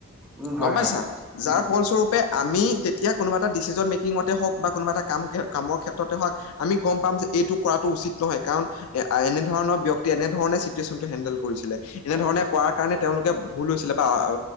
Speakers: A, in the centre; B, on the left.
A: উম
B: গম
A: হয়
B: পাইছা,
A: হয় উম
B: যাৰ
A: উম
B: ফলস্বৰূপে আমি তেতিয়া কোনোবা এটা ডিচিজন মেকিঙতে হওঁক বা কোনোবা এটা কাম কামৰ ক্ষেত্ৰতে হওঁক আমি গ'ম পাম যে, এইটো কৰাটো উচিত নহয়। কাৰণ এ, আ, এনেধৰণৰ ব্যক্তিয়ে, এনেধৰণে চিটুৱেচনটো হেণ্ডেল কৰিছিলে। এনেধৰণে
A: হয়
B: কৰা কাৰণে তেওঁলোকে ভুল হৈছিলে বা আ,